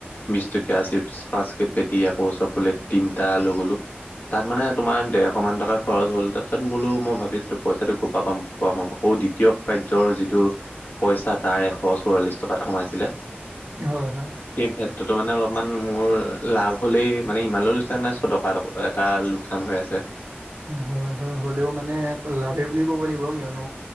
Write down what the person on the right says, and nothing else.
হয় হয়।
হয় হয়, হ'লেও মানে আকৌ লাভে বুলি ক'ব লাগিব কিয়নো